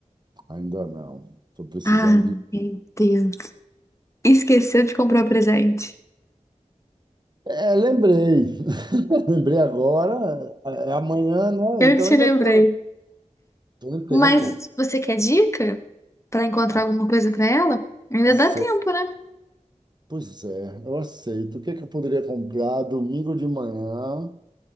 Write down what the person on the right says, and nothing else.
Ainda não. Estou precisando
de
É, lembrei. <laughs> Lembrei agora, é é amanhã, né?
Então
ainda
tô- tenho tempo.
Ah,
ace-
Pois é, eu aceito. O que é que eu poderia comprar domingo de manhã,